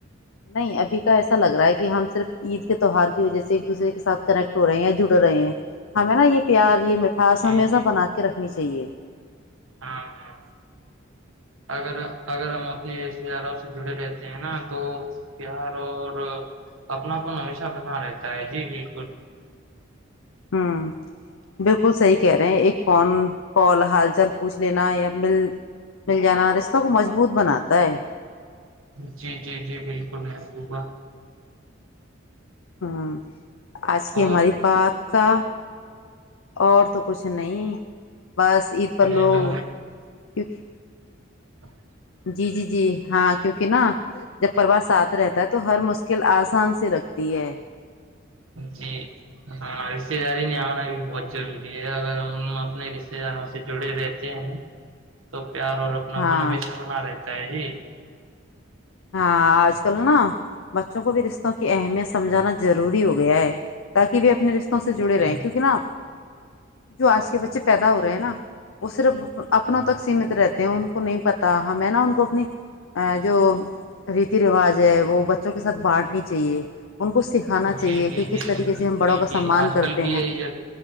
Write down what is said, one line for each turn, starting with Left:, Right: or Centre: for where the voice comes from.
Left: نہیں ابھی کا ایسا لگا کہ ہم صرف عید کے تہوہار کی وجہ سے ایک دوسرے کے سھ کنیکٹ ہو رہے ہیں یا جڑ رہے ہیں ہمیں نا یہ پیار یہ مٹاس
Right: جی
Left: ہمیشہ
Right: جی
Left: بنا کے رکھنی چاہیے
Right: ہاں ہاں اگر اگر ہم اپنے رشتے داروں سے جڑے رہتے ہیں نا تو پار اور اپناپن ہمیشہ بنا رہتا ہے جی بالکل
Left: ہاں بالکل صحیح کہہ رہے ہیں ایک فون کال حال چال پوچھ لینا یا مل مل جانا رشتوں کو مضبوط بناتا ہے
Right: جی جی جی بالکل مبو گا
Left: ہاں آج کی
Right: اور
Left: ہماری بات کا اور تو کچھ نہیں بس عید پر
Right: کوئی
Left: لوگ
Right: دو
Left: کیونکہ
Right: ہاں
Left: جی جی جی ہاں کیونکہ نا جب پروا ساتھ رہتا ہے تو ہر مشکل آج آسان سے رکھتی ہے
Right: جی ہاں رشتے داری نے آنا بھی بہت ضروری ہے اگر ہم اپنے رشتے داروں سے جڑے رہتے ہیں تو پیار اور اپنا
Left: ہاں
Right: اپنا ہمیشہ بنا رہے تائے جی
Left: ہاں آج ک نکلنا بچوں کو بھی رشتوں کی اہمیت سمجھانا روری ہوگی گیا ہے تاکہ وہ اپنے رشتوں سے
Right: جی
Left: جڑے رہے کیونک نا جو آج کے بچے پیدا ہو رہے ہیں نا وہ صرف اپنوں تک سیمت رہتے ہیں ان کو نہیں پتا ہمیں نا ان کو اپنی جو ریتی رواج ہے وہ بچوں کے ساتھ بانٹنی چاہیے ان کو سکھانا چاہیے
Right: جی جی
Left: کہ کس
Right: جی
Left: طریقے
Right: جی
Left: سے
Right: ج
Left: ہم بڑوں
Right: جی
Left: کا سمان
Right: جی آج
Left: کرتے
Right: کل کی
Left: ہیں
Right: ہے یہ